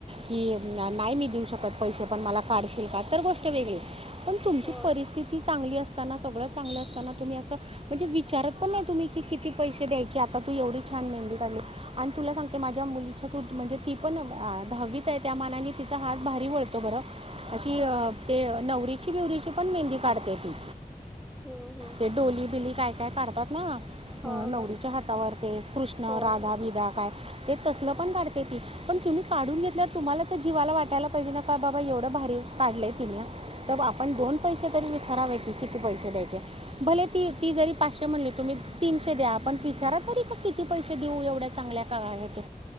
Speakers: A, on the right; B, in the centre.
A: की नाही मी देऊ शकत पैसे पण मला काढशील का तर गोष्ट वेगळी पण तुमची
B: होय
A: परिस्थिती चांगली असताना सगळं चांगलं असताना तुम्ही असं म्हणजे विचारत पण नाही तुम्ही की किती पैसे द्यायचे आता तू एवढी छान मेहंदी काढली आणि तुला सांगते माझ्या मुलीच्या तू म्हणजे ती पण धावीत आहे त्या मानाने तिचा हात भारी वळतो बरं अशी
B: हा
A: अ ते नवरीची बिवरीची पण मेहंदी काढते ती
B: हम्म हम्म
A: ते डोली बिली काय काय काढतात ना
B: हा
A: अ नवरीच्या
B: हा
A: हातावर ते कृष्ण
B: होय
A: राधा विधा काय ते तसल पण काढते ती पण तुम्ही काढून घेतल्या तुम्हाला तर जीवाला वाटयला पाहिजे ना का बाबा एवढं भारी काढलंय तिने त आपण दोन पैसे तरी विचारावे की किती पैसे द्यायचे भले ती ती जरी पाचशे म्हणली तुम्ही तीनशे द्या आपण बिचारा तरी का किती पैसे देऊ एवढ्या चांगल्या का ह ते